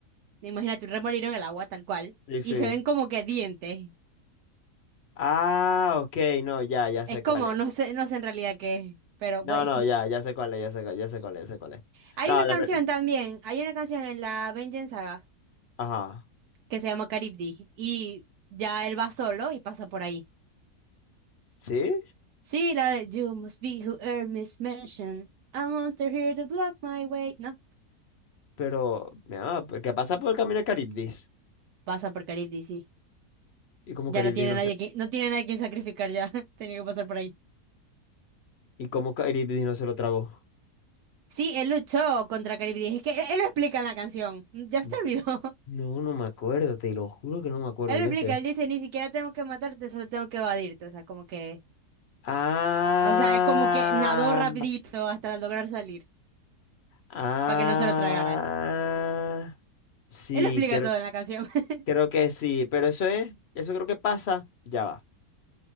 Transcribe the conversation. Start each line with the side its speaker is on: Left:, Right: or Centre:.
Right: Imagínate un remolino en el agua, tal cual.
Left: Sí, sí.
Right: Y se ven como que dientes.
Left: Ah, ok, no, ya, ya sé
Right: Es como,
Left: cuál es.
Right: no sé, no sé en realidad qué es. Pero
Left: No,
Right: bueno.
Left: no,
Right: <laughs>
Left: ya, ya sé cuál es, ya sé, cuál- ya sé cuál es, ya sé cuál es.
Right: Hay
Left: No,
Right: una
Left: la
Right: canción
Left: ver-
Right: también. Hay una canción en la Vengeance Saga
Left: Ajá.
Right: que se llama Caribdi. Y ya él va solo y pasa por ahí.
Left: ¿Sí?
Right: Sí, la de You must be who Hermes mentioned. A monster here to block my way. No,
Left: Pero, mira, pues, ¿qué pasa por el camino de Caribdis?
Right: pasa por Caribdi, sí.
Left: Y como
Right: Ya
Left: Caribdis
Right: no tiene
Left: no
Right: nadie
Left: se,
Right: que, no tiene nadie quien sacrificar ya. <laughs> Tenía que pasar por ahí.
Left: y como Caribdis no se lo tragó.
Right: Sí, él luchó contra Caribdi. Es que él, él lo explica en la canción. Mm, Ya se
Left: N-
Right: te olvidó. <laughs>
Left: No, no me acuerdo, te lo juro que no me acuerdo,
Right: Él lo
Left: ya
Right: explica,
Left: esté.
Right: él dice, ni siquiera tengo que matarte, solo tengo que evadirte. O sea, como que,
Left: Ah,
Right: o sea, es como que nadó rapidito hasta lograr salir,
Left: ah.
Right: para que no se lo tragara.
Left: Sí,
Right: Él lo explica
Left: creo,
Right: todo en la canción. <laughs>
Left: creo que sí, pero eso es, eso creo que pasa, ya va.